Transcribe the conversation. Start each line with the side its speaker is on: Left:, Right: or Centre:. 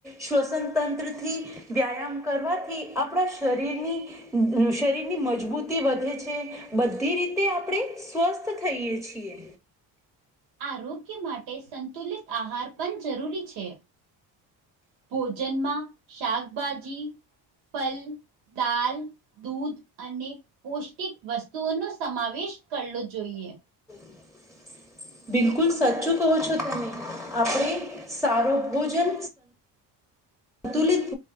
Centre: શ્વસન તંત્રથી વ્યાયામ કરવાથી આપડા શરીરની શરીરની મજબૂતી વધે છે બધી રીતે આપડે સ્વસ્થ થઈએ છીએ
Right: આરોગ્ય માટે સંતુલિત આહાર પણ જરૂરી છે ભોજ જન્મા શાકભાજી ફલ દાલ દૂધ અને પૌષ્ટિક વસ્તુઓનો સમાવેશ કરલો જોઈએ.
Centre: <inaudible> બિલકુલ સાચું કહો છો તમે આપણે સારો ભોજન તુલિત